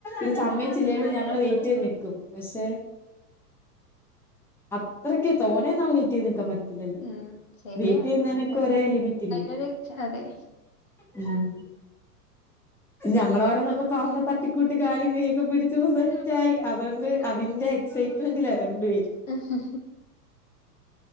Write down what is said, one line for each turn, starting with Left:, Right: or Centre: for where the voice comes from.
Centre: ഇ സമയ്ച്ചില്ലേലും ഞങ്ങള് വെയിറ്റെയ്ത് നിക്കും. പക്ഷേ അത്രക്ക് തോനേവരെ വെയ്റ്റ് ചെയ്ത് നിക്കാൻ പറ്റ ഇല്ലല്ല
Left: ഉം ശരിയാ
Centre: വെയ്റ്റ് ചെയ്യുന്നേനൊക്കെ ഒര് ലിമിറ്റ് ഇല്ലേ.
Left: <unintelligible>
Centre: ഉം ഞങ്ങളോരന്നൊക്കെ പറഞ്ഞ് തട്ടിക്കൂട്ടി കാലും കയ്യൊക്കെ പിടിച്ചു സെറ്റായി അതോണ്ട്. അതിന്റെ എക്സൈറ്റ്മെന്റിലാ രണ്ട് പേരും.
Left: ആഹ്